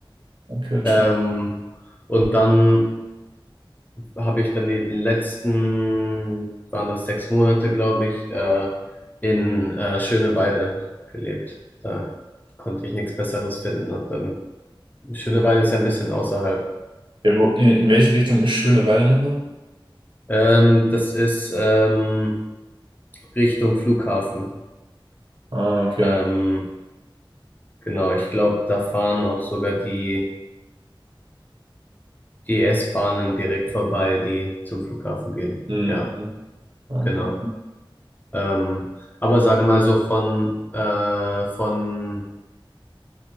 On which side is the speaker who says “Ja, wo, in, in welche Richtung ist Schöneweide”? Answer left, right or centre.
Right